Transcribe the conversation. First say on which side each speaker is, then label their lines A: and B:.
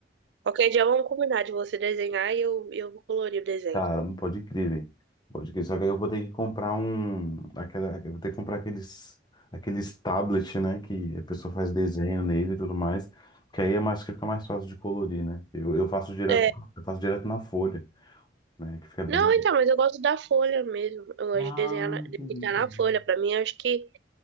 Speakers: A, on the right; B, on the left.
A: qualquer dia vamos combinar de você desenhar e eu, eu vou colorir o desenho.
B: Cara, não pode crer, velho. Pode crer. Só que aí eu vou ter que comprar um. Aquela... Eu vou ter que comprar aqueles. Aqueles tablets, né? Que a pessoa faz desenho nele e tudo mais. Que aí é mais que fica mais fácil de colorir, né? Eu, eu faço direto,
A: É,
B: eu faço direto na folha, né? Que fica bem.
A: não, então, mas eu gosto da folha mesmo. Eu gosto
B: Ah,
A: de desenhar, na-
B: entendi.
A: de pintar na folha. Pra mim, eu acho que